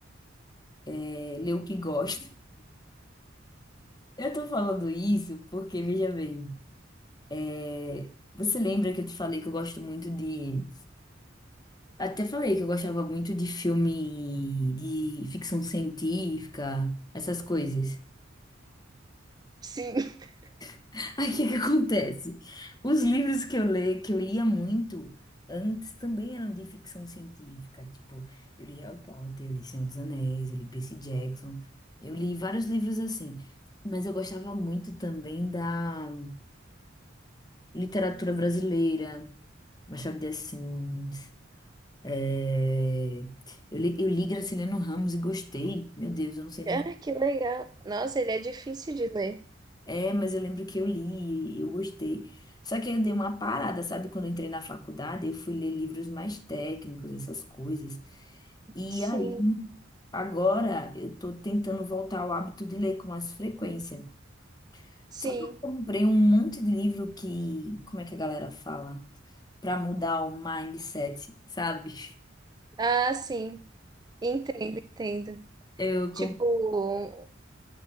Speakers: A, on the left; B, on the right.
A: é, ler o que gosta. Eu tô falando isso porque, veja bem, é, você lembra que eu te falei que eu gosto muito de. Até falei que eu gostava muito de filme de ficção científica, essas coisas.
B: Sim. <laughs>
A: <laughs> Aí o que que acontece? Os livros que eu leio, que eu lia muito antes também eram de ficção científica. Tipo, eu li Harry Potter, eu li Senhor dos Anéis, eu li Percy Jackson, eu li vários livros assim. Mas eu gostava muito também da literatura brasileira, Machado de Assis. é, Eu li, eu li Graciliano Ramos e gostei. Meu Deus, eu não sei nem
B: Ah,
A: como.
B: que legal. Nossa, ele é difícil de ler.
A: É, mas eu lembro que eu li e eu gostei. Só que aí eu dei uma parada, sabe? Quando eu entrei na faculdade, eu fui ler livros mais técnicos, essas coisas. E
B: Sim,
A: aí, agora eu tô tentando voltar ao hábito de ler com mais frequência.
B: sim.
A: Só que eu comprei um monte de livro que, como é que a galera fala? Pra mudar o mindset, sabe?
B: Ah, sim. Entendo, entendo.
A: Eu
B: Tipo,
A: com-